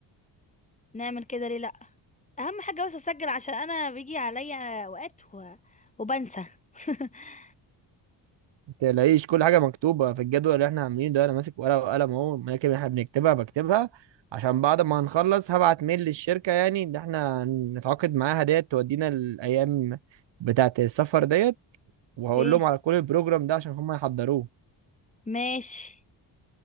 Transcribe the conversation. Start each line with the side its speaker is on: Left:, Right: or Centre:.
Left: نعمل كده ليه لا اهم حاجه بس اسجل عشان انا بيجي عليا اوقات و... وبنسى <laughs>
Right: تلاقيش كل حاجه مكتوبه في الجدول اللي احنا عاملينه ده انا ماسك ورقه وقلم اهو الاماكن اللي احنا بنكتبها بكتبها عشان بعد ما هنخلص هبعت ميل للشركه يعني ان احنا نتعاقد معاها ديت تودينا الايام بتاعه السفر ديت وهقول
Left: ايه
Right: لهم على كل البروجرام ده عشان هم يحضروه
Left: ماشي